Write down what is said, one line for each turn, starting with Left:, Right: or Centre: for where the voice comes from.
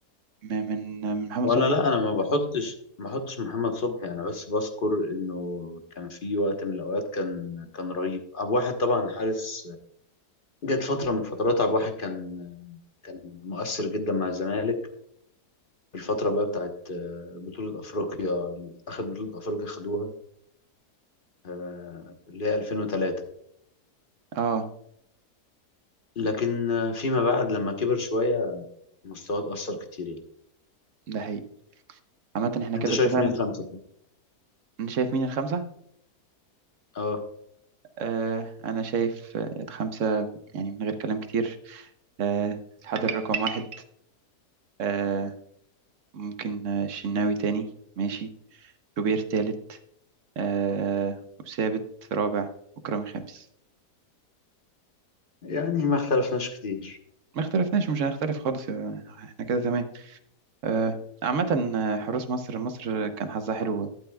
Right: من من آه، من محمد
Left: ولا
Right: صبحي
Left: لا انا ما بحطش ما بحطش محمد صبحي انا بس بذكر انه كان في وقت من الاوقات كان كان رهيب عبد الواحد طبعا حارس جت فتره من فترات عبد الواحد كان كان مؤثر جدا مع الزمالك في الفتره بقى بتاعت آه، بطوله افريقيا اخر بطوله افريقيا خدوها آه، اللي هي 2003
Right: اه
Left: لكن آه، فيما بعد لما كبر شويه مستواه اتاثر كتير يعني
Right: ده حقيقي عامة احنا
Left: انت
Right: كده
Left: شايف
Right: اتفقنا
Left: مين خمسه
Right: انا شايف مين الخمسة
Left: اه
Right: آه انا شايف آه، الخمسة يعني من غير كلام كتير آه الحضر رقم واحد آه ممكن آه، الشناوي تاني ماشي شوبير تالت آه وثابت رابع وكرامي خامس
Left: يعني ما اختلفناش كتير
Right: ما اختلفناش مش هنختلف خالص يا- احنا كده تمام آه عامة آه، حراس مصر مصر كان حظها حلو